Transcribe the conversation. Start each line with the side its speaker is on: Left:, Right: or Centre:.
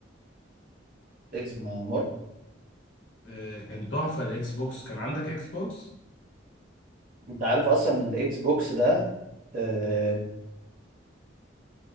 Right: اكس مرعب
Left: آه، كان تحفه الاكس بوكس كان عندك اكس بوكس
Right: انت عارف اصلا الاكس بوكس ده آه،